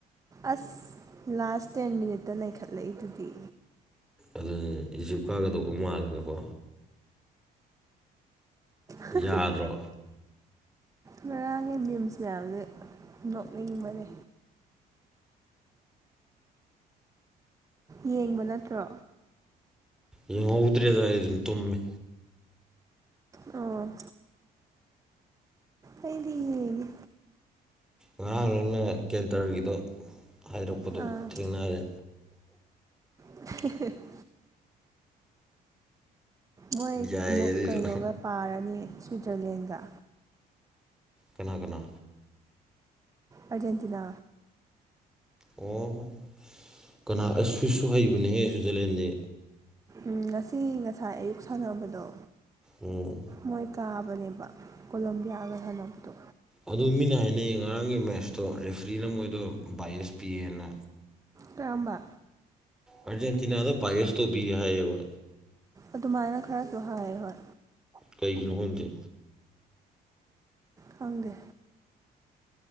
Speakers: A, on the right; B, in the centre.
A: ꯑ꯭ꯁ ꯂꯥꯁ ꯇꯦꯟ ꯃꯤꯅꯤꯠꯇ ꯂꯩꯩꯈꯠꯂꯛꯏ ꯑꯗꯨꯗꯤ
B: ꯑꯗꯨꯅꯦ ꯏꯖꯤꯞ ꯀꯥꯒꯗꯧꯕ ꯃꯥꯜꯂꯒꯀꯣ
A: ꯍꯥ-ꯍꯥ
B: ꯌꯥꯗ꯭ꯔꯣ
A: ꯉꯔꯥꯡꯒꯤ ꯃꯤꯝꯁ ꯃꯌꯥꯝꯁꯦ ꯅꯣꯛꯅꯤꯡꯕꯅꯦ ꯌꯦꯡꯕ ꯅꯠꯇ꯭ꯔꯣ
B: ꯌꯦꯡꯍꯧꯗ꯭ꯔꯦꯗ ꯑꯩꯗꯤ ꯇꯨꯝꯃꯦ
A: ꯑꯣ ꯑꯩꯗꯤ ꯌꯦꯡꯉꯦ
B: ꯉꯔꯥꯡ ꯅꯪꯅ ꯀꯦꯟꯇ꯭ꯔꯒꯤꯗꯣ ꯍꯥꯏꯔꯛꯄꯗꯣ
A: ꯑꯥ
B: ꯊꯦꯡꯅꯔꯦ
A: <unintelligible> ꯃꯣꯏ
B: ꯌꯥꯏ
A: ꯑꯃꯨꯛ
B: ꯑꯗꯨꯏꯗꯣ
A: ꯀꯩꯅꯣꯒ ꯄꯥꯔꯅꯤ ꯁ꯭ꯋꯤꯠꯖ꯭ꯔꯂꯦꯟꯒ
B: ꯀꯅꯥ-ꯀꯅꯥ
A: ꯑꯥ꯭ꯔꯖꯦꯟꯇꯤꯅꯥ
B: ꯑꯣ ꯀꯅꯥ ꯑꯁꯨꯁꯨ ꯍꯩꯕꯅꯦꯍꯦ ꯁ꯭ꯋꯤꯠꯖ꯭ꯔꯂꯦꯟꯗꯤ
A: ꯎꯝ ꯉꯁꯤ ꯉꯁꯥꯏ ꯑꯌꯨꯛ ꯁꯥꯟꯅꯕꯗꯣ
B: ꯎꯝ
A: ꯃꯣꯏ ꯀꯥꯕꯅꯦꯕ ꯀꯣꯂꯝꯕꯤꯌꯥꯒ ꯁꯥꯟꯅꯕꯗꯣ
B: ꯑꯗ‌ꯣ ꯃꯤꯅ ꯍꯥꯏꯅꯩꯌꯦ ꯉꯔꯥꯡꯒꯤ ꯃꯦꯠꯁꯇꯣ ꯔꯦꯐ꯭ꯔꯤꯅ ꯃꯣꯏꯗꯣ ꯕꯥꯥꯏꯑꯁ ꯄꯤꯌꯦꯅ
A: ꯀꯔꯝꯕ
B: ꯑꯥ꯭ꯔꯖꯦꯟꯇꯤꯅꯥꯗ ꯕꯥꯥꯏꯌꯁ ꯇꯧꯕꯤꯌ‌ꯦ ꯍꯥꯏꯌꯦꯕ
A: ꯑꯗꯨꯃꯥꯏꯅ ꯈꯔꯁꯨ ꯍꯥꯏꯌ‌ꯦ ꯍꯣꯏ
B: ꯀꯩꯒꯤꯅꯣ ꯈꯪꯗꯦ
A: ꯐꯪꯗꯦ